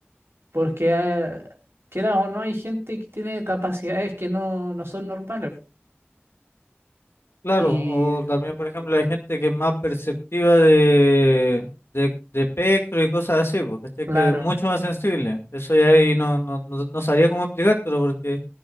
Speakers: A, on the right; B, on the left.
A: porque eh, quieras o no, hay gente que tiene capacidades que no, no son normales.
B: Claro,
A: Y
B: o también, por ejemplo, la gente que es más perceptiva de, de, de espectro y cosas así, po, ¿cachai?
A: claro,
B: Que es mucho más sensible. Eso ya ahí no, no, no, no sabría cómo explicártelo, porque